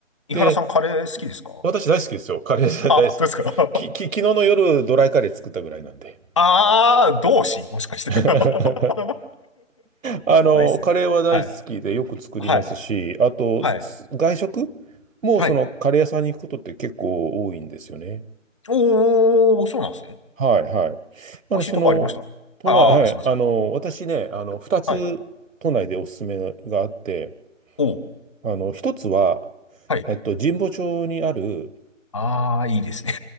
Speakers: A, on the left; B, on the right.
A: 井原さん、
B: で、
A: カレー好きですか
B: 私大好きですよ。カレー大好き。
A: あ、本当ですか <laughs>
B: き、き、昨日の夜、ドライカレー作ったぐらいなんで。
A: ああ、同志もしかして。
B: <laughs>
A: <laughs> う
B: あの、
A: まいっすね。
B: カレーは大好きでよく作りますし、
A: はい。はい。
B: あと、
A: はい。
B: す外食もそのカレー屋さんに行くことって結構多いんですよね。
A: はい。おー、そうなんですね。
B: はいはい。あの、
A: 美味しいとこありましたああー、
B: その、都内、はい、
A: すいません。
B: あの、私ね、あの、2つ都内でおすすめがあって、
A: はい。おー。
B: あの、一つは、
A: はい。
B: えっと、神保町にある、
A: ああ、いいですね。